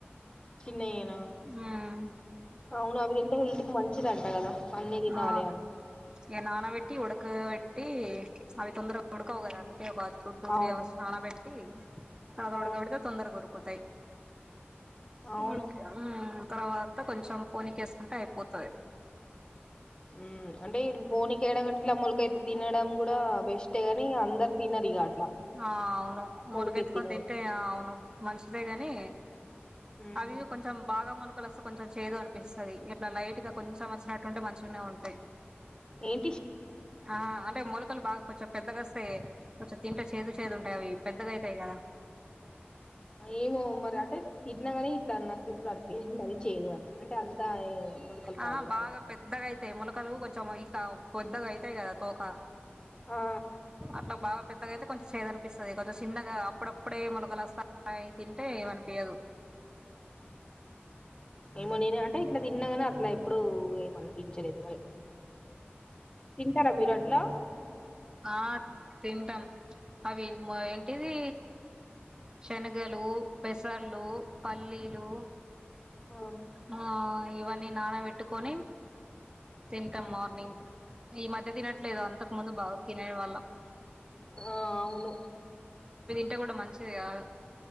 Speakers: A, on the left; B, on the right.
A: చిన్నయేనా
B: ఉమ్
A: అవును అవి తింటే హెల్త్ కి మంచిదంట కదా అన్నీ తినాలి
B: ఆ
A: అని
B: ఇగ నానా పెట్టి ఉుడక పెట్టి అవి తొందర ఉడ్కవ్ కద అంద్ అే ఒక టూ టూ
A: అవును
B: త్రీ అవర్స్ నానా పెట్టి ఆడ
A: ఆ
B: ఉడుకాపెడితే తొందరగ ఉడుకుతాయి
A: అవును
B: ఉడికి అ తర్వాత కొంచెం పోనీకేసుకుంటే అయిపోతది
A: మ్ అంటే ఇప్ <unintelligible> మొలకైతే తినడం కూ డా బెస్టే గాని అందరు తినరు ఇగ అట్లా
B: ఆ అవును
A: మొలకెత్తినవి
B: మొలగెత్తుకొని తింటే అవును మంచిదే గాని
A: మ్మ్
B: అవి కొంచెం బాగా మొల్ మొలలాస్తే కొంచెం చేదనిపిస్తది ఇట్లా లైట్గా కొంచెం వచ్చినట్టుంటే మంచిగానే ఉంటాయి
A: ఏం
B: ఆ అంటే మొలకలు బాగా కొంచెం పెద్దగోస్తే కొంచెం తింటే చేదు చేదు అే అవి పెద్దగా అయితయి కదా
A: ఏమో మరి అంటే తిన్నా కాని ఇట్లా నాకు ఏప్పుడు అనిపిించ అంటే ఏ, మొలకలు పాడు
B: ఆహా
A: కావచ్చు
B: బాగా
A: మరి
B: పెద్దగా అయితాయి మొలకలు కొంచ్చాము ఇట్లా పెద్దగా అయితాయి కదా తోక
A: ఆ
B: అట్లా బాగా పెద్దగా అయితే కొంచెం చేదనిపిస్తది కొంచెం చిన్నగా అప్పుడప్పుడే మొలకలోస్తాన్నయ్ తింటే ఏమనిపియదు
A: ఏమో నేను అంటే ఇట్లా తిన్నాగాని అట్లా ఎప్పుడు ఏమనిపించలేదు తింటారా మీరు అట్లో
B: ఆ తింటం అవి మ ఎ ఇది శనగలు పెసళ్ళు పల్లీలు
A: ఆ
B: ఆ ఇవన్నీ నాన పెట్టుకొని తింటాం
A: ఉమ్.
B: మార్నింగ్ ఈ మధ్య తినట్లేదు అంతకు ముందు బాగా తినే వాళ్ళం
A: ఆ అవును
B: అంటే కూడా మంచిదిగాదు